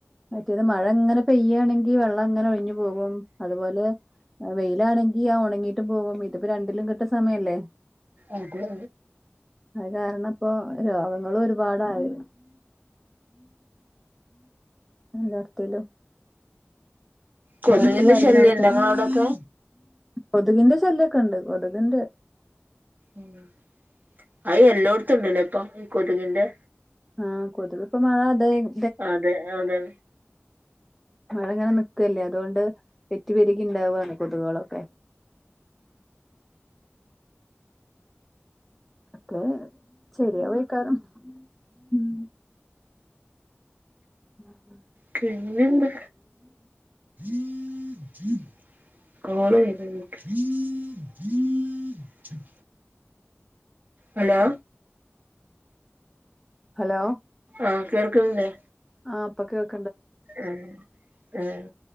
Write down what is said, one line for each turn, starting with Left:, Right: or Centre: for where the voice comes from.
Centre: മറ്റേത് മഴ അങ്ങനെ പെയ്യയാണെങ്കി വെള്ളം അങ്ങനെ ഒഴിഞ്ഞു പോകും അതുപോലെ വെയി ലാണെങ്കി ആ ഉണങ്ങിട്ടും പോകും ഇതിപ്പോ രണ്ടിലും കെട്ട സമയല്ലേ
Right: അതെ
Centre: അത് കാരണം ഇപ്പൊ രോഗങ്ങളും ഒരുപാടായി ല്ലാർത്തിലും
Right: കൊതുകിന്റെ
Centre: എല്ലായിടത്തും പരുന്നടക്കല്ലേ
Right: ശല്യം ഇണ്ടോ ഇങ്ങളെ അവിടൊക്കെ
Centre: കൊതുകിന്റെ ശല്യ ഒക്കണ്ട് കൊതുകിന്റെ
Right: ഉംഅയി എല്ലോടത്തും ഉണ്ടല്ലോ ഇപ്പം ഈ കൊതുകിന്റെ
Centre: ആഹ കൊതുക് ഇപ്പം മഴ അതെന്ന്
Right: അതെ അതെ
Centre: അത് ഇങ്ങനെ നിക്കല്ലേ അതുകൊണ്ട് പെറ്റുപെരുകി ഇണ്ടാവാണ് കൊതുകുകളൊക്കെ <unintelligible> ഓക്കെ ശരിയാവുമിക്കാറും ഉം ഉം
Right: പിന്നെന്താ <inaudible> <inaudible> കോൾ വരുന്നു നിക്ക് <inaudible> <unintelligible> ഹലോ
Centre: ഹലോ
Right: ആ കേൾക്കുന്നില്ലേ
Centre: ആ ഇപ്പ കേൾകാം
Right: ഉം ഉം